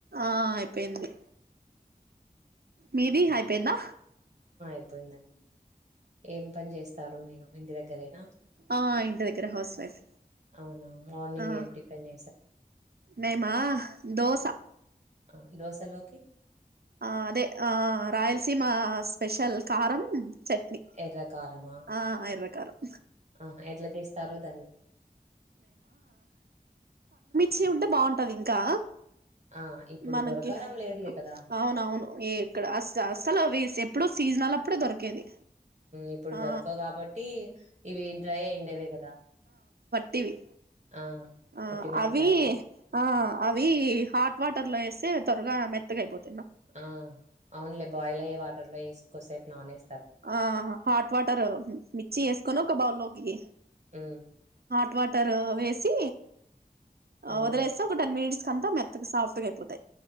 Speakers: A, on the right; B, on the right.
A: ఆ అయిపోయింది మీది హైయిపోయిందా
B: యిపోయిందండి ఏం పని చేస్ తారు మీరు ఇంటి దగ్గరేనా
A: ఆ ఇంటి దగ్గర హౌస్ వైఫ్
B: అవునా మార్నింగ్
A: ఆ
B: ఏం టిఫిన్
A: మేమా దోస
B: ఆ దోసలో కి
A: ఆ అదే ఆ రాయలసీమ స్పెషల్ కారం చట్నీ
B: ఎర్ర కారమా
A: ఆ ఎర్ర కారం
B: ఆహా ఎట్లా చేస్తారో దాని
A: చి ఉంటే బాగుంటది ఇంకా
B: ఆ ఇప్పుడు
A: మనకి
B: దొరకడం లేదులే కదా
A: అవునవును ఇక్కడ అస్ అసలు వీసే ఇప్పుడు సీజనల్ అప్పుడే దొరికేది
B: ఇప్పుడు
A: ఆ
B: దొరకవు కాబట్టి ఇవి డ్రై అయిండేవి కదా.
A: టివి
B: ఆ
A: ఆ
B: ఒట్టి మిరపకాయలు
A: అవి ఆ అవి హాట్ వాటర్ లో వేస్తే త్వరగా మెత్తగాయిపోతాయి.
B: ఆ అవునులే బాయిల్ అయ్యే వాటర్ లో వేసుకోసేపు నానేే
A: ఆ హాట్ వాటర్, మిర్చి వేసుకొని ఒక బౌల్లో ఎ
B: ఊ
A: టవాటర్ వేసి
B: అవునులే
A: మొదల ఎసా ఒక టెన్ మినిట్స్ కంతా మెత్తగా సాఫ్ట్గా అయిపోతాయి.